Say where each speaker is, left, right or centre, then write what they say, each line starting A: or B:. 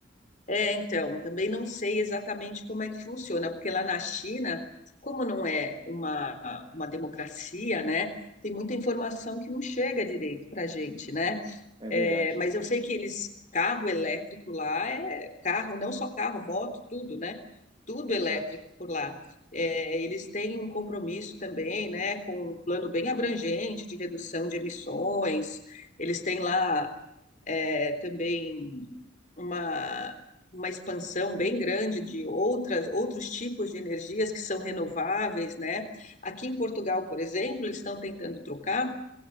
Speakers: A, on the left; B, on the right.
A: É, então, também não sei exatamente como é que funciona, porque lá na China, como não é uma, uma democracia, né, tem muita informação que não chega direito para a gente, né?
B: É
A: É,
B: verdade.
A: mas eu sei que eles, carro elétrico lá é carro, não só carro, moto, tudo, né? Tudo elétrico
B: Exato.
A: por lá. É, eles têm um compromisso também, né, com um plano bem abrangente de redução de emissões. Eles têm lá é, também uma, uma expansão bem grande de outras, outros tipos de energias que são renováveis, né? Aqui em Portugal, por exemplo, eles estão tentando trocar